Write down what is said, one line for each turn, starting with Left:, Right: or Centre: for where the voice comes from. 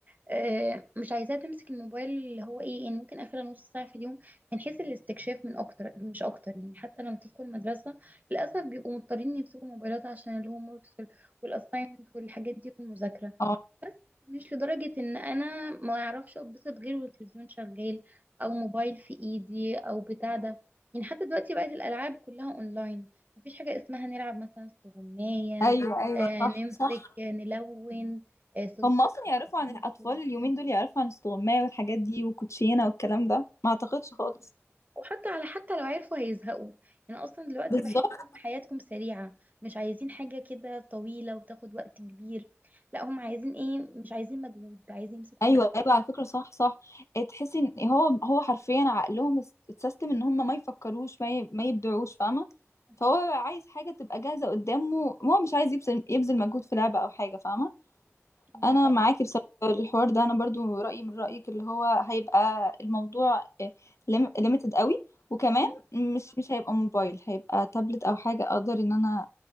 Right: أه، مش عايزاها تمسك الموبايل اللي هو ايه يعني ممكن اخرها نص ساعه في اليوم من حيث الاستكشاف من اكتر مش اكتر يعني حتى لما تدخل مدرسه للاسف بيبقوا مضطرين يمسكوا موبايلات عشان الهوم وركس وال- والاساينمنت والحاجات دي والمذاكره
Left: اه
Right: مش لدرجة ان انا ما اعرفش اتبسط غير والتلفزيون شغال او موبايل في ايدي او بتاع ده يعني حتى دلوقتي بقت الالعاب كلها اونلاين مفيش حاجة اسمها نلعب مثلا استغماية
Left: أيوه أيوه
Right: آه
Left: صح
Right: نمسك
Left: صح
Right: آه، نلون آه صلصال
Left: هم أصلا يعرفوا
Right: الكلام
Left: عن الأطفال
Right: ده كله
Left: اليومين دول يعرفوا عن استغماية والحاجات دي والكوتشينة والكلام ده ما أعتقدش خالص
Right: وحتى على حتى لو عرفوا هيزهقوا يعني اصلا دلوقتي
Left: بالظبط
Right: بحسهم حياتكم سريعة مش عايزين حاجة كده طويلة وتاخد وقت كبير لا هم عايزين ايه مش عايزين مجهود عايزين يمسكوا
Left: ايوه
Right: الموبايل
Left: ايوه على فكره صح صح إيه، تحسي ان هو هو حرفيا عقلهم اس- اتسيستم ان هم ما يفكروش ما ي- ما يبدعوش فاهمه
Right: أها،
Left: فهو عايز حاجه تبقى جاهزه قدامه هو مش عايز يبذل يبذل مجهود في لعبه او حاجه فاهمه
Right: ده
Left: انا
Right: حقيقي
Left: معاكي بصراحه في الحوار ده انا برضو رايي من رايك اللي هو هيبقى الموضوع ليميتد قوي وكمان
Right: أها،
Left: مش مش هيبقى موبايل هيبقى تابلت او حاجه اقدر ان انا